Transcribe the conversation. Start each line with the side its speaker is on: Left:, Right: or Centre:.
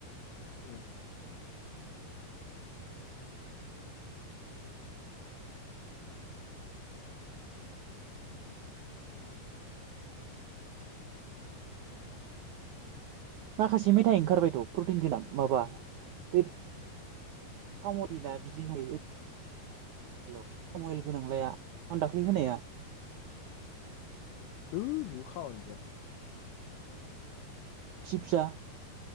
Left: उम।
Right: माखासे मेथाइ ओंखारबायथ' प्रटिन गोनां माबा बे फामदिना बिदि नुयो। <unintelligible> गोनांलाया आं दाख्लि होनाया।
Left: दुइ बेबो खामानि गैया।
Right: सिपजसा।